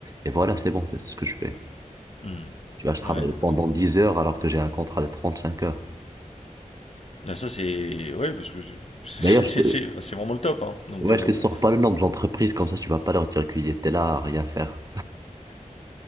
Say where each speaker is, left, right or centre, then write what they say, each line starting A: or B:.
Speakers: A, on the right; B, on the left.
A: Et voilà, c'est bon, c'est ce que je fais.
B: Mhm.
A: Tu vois, je travaille
B: Ouais, d'accord.
A: pendant 10 heures alors que j'ai un contrat de 35 heures.
B: ben ça, c'est. Ouais, parce que je- <laughs> c'est-
A: D'ailleurs,
B: c'est
A: je te-
B: c'est- c'est vraiment le top. hein. Donc,
A: Ouais,
B: euh,
A: je te sors pas le nom de l'entreprise, comme ça tu vas pas leur dire qu'il était là à rien faire.